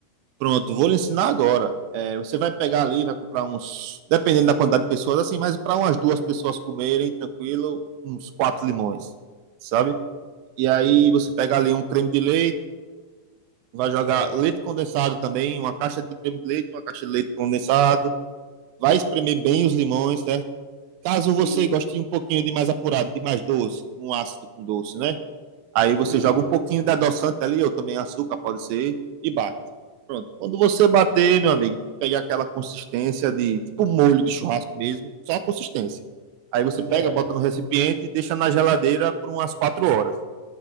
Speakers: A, on the right; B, on the right.
A: Pronto, vou lhe ensinar agora. É, você vai pegar ali, vai comprar uns. Dependendo da quantidade de pessoas, assim, mas para umas duas pessoas comerem, tranquilo, uns quatro limões, sabe? E aí
B: Sei.
A: você pega ali um creme de leite, vai jogar
B: Certo.
A: leite condensado também, uma caixa de creme de leite, uma caixa de leite condensado. Vai espremer bem os limões, certo? Caso
B: Sim,
A: você goste de um pouquinho de mais apurado, de mais doce, um ácido com doce, né? Aí você
B: sim,
A: joga um pouquinho de adoçante ali, ou também açúcar, pode ser, e bate. Pronto. Quando você bater, meu amigo, pegar aquela consistência de tipo um molho de churrasco mesmo, só a consistência. Aí você
B: certo.
A: pega, bota no recipiente e deixa na geladeira por umas quatro horas,